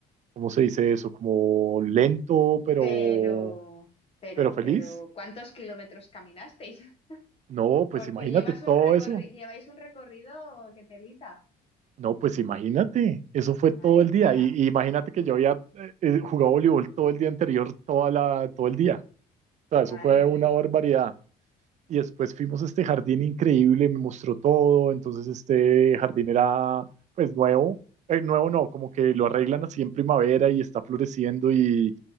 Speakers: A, on the right; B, on the left.
A: ¿cómo se dice eso? Como lento, pero,
B: pero... Pero,
A: pero feliz.
B: pero, ¿cuántos kilómetros caminasteis? <laughs>
A: No,
B: Porque
A: pues imagínate
B: llevas
A: todo
B: un recorri-
A: eso.
B: lleváis un recorrido que telita
A: No, pues imagínate, eso fue todo
B: Madre
A: el
B: mía,
A: día. Y, y imagínate que yo había eh, eh, jugado voleibol todo el día anterior, toda la, todo el día. O sea,
B: madre
A: eso fue
B: mía.
A: una barbaridad. y después fuimos a este jardín increíble, me mostró todo, entonces este jardín era pues nuevo, eh, nuevo no, como que lo arreglan así en primavera y está floreciendo y,